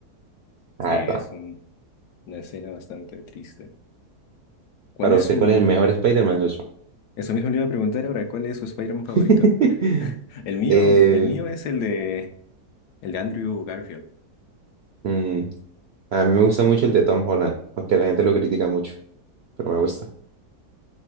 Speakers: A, on the right; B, on the left.
A: la
B: Sí,
A: verdad.
B: es un- una escena bastante triste. ¿Cuál
A: Para
B: es
A: usted,
B: su...
A: ¿cuál es el mejor Spider-Man, socio?
B: Eso mismo le iba a preguntar ahora, ¿cuál es su Spider-Man favorito?
A: <laughs>
B: El mío,
A: Eh,
B: el mío es el de, el de Andrew Garfield.
A: mm, a mí me gusta mucho el de Tom Holland, aunque la gente lo critica mucho, pero me gusta.